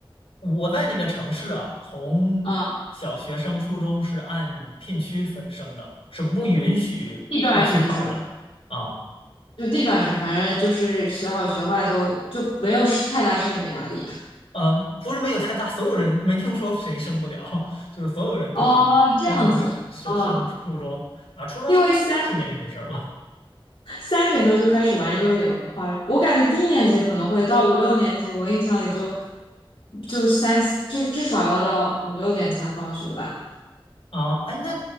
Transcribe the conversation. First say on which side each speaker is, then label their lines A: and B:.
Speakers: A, on the left; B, on the left.
A: 我在那个城市啊，从小学升初中是按片区分升的，
B: 啊，
A: 是不允许跨区考的啊。
B: 地段生是吧？就地段生，反正就是学好学坏都就没有太大升学压力。
A: 呃，不是没有太大，所有人没听说谁升不了，<laughs> 就是所有人都能都能升升初中啊，
B: 哦，这样子。哦，
A: 初中升高中是另一回事儿了
B: 因为三三点多就开始玩，又有点夸张。我感觉低年级可能会到五六年级，我印象里就就三，就至少要到五六点才放学吧。
A: 啊。哎，那